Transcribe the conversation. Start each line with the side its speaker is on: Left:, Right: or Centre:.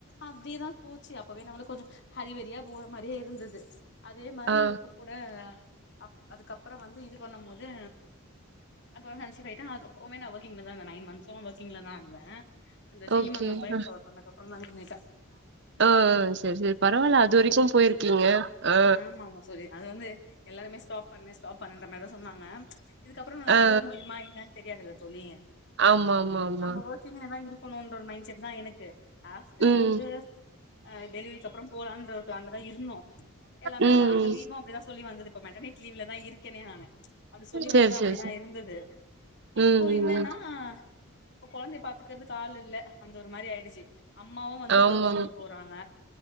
Left: அப்டியேதான் போச்சு அப்பவே நம்ளுக்கு கொஞ்ச ஹரிவரியா போற மாரியே இருந்துது அதே மாரி
Right: ஆ
Left: இப்ப கூட அப் அதுக்கப்றோ வந்து இது பண்ணு போது <unintelligible> போய்ட்ட அது <unintelligible> நா <unintelligible> நைன் மன்சு ஒர்கிங்ல தா இருந்தே அந்த சீமந்தோ
Right: ஓகே
Left: பேபி
Right: அ
Left: சவர் பண்ணதுகப்பறோந்தா நின்னுட்டே
Right: ஆ சேரி சேரி பரவால்ல அதுவரைக்கு போய்ருக்கீங்க ஆ
Left: ஆமாங்க தோழி அது வந்து எல்லாருமே ஸ்டாப் பண்ணு ஸ்டாப் பண்ணுன்ற மாரிதா சொன்னாங்க இதுக்கப்பறோ நம்ளால
Right: ஆ ஆ
Left: போ முடியுமா என்னான் தெரியாதுல்ல தோழி
Right: ஆமா ஆமா ஆமா
Left: நம்ம ஒர்கிங்ல தா இருக் போணுன்ற மைண் செட் தா எனக்கு ஆஃப்டர்
Right: ம்
Left: வந்து அ டெலிவரிக்கப்றோ போலான்ற ஒரு பிளான்ல தா இருந் எல்லாமே
Right: ம் ம்
Left: <unintelligible> லீவு அப்டிதா சொல்லி வந்துது இப்ப மெட்டர்னெட் லீவ்லதா இருக்கேனே நானு அப்டி சொல்லி
Right: சரி
Left: வந்து
Right: சரி
Left: அப்டிதா
Right: சரி
Left: இருந்துது இப்போ
Right: ம் ம்
Left: என்னன்னா
Right: ம்
Left: இப்ப கொழந்தய பாத் கத்துக்கிறதுக் ஆள் இல்ல அந்த ஒரு மாரி ஆயிடுச்சு அம்மாவு வந்து
Right: ஆமாம்
Left: வொர்க்கிங்க்கு போறாங்க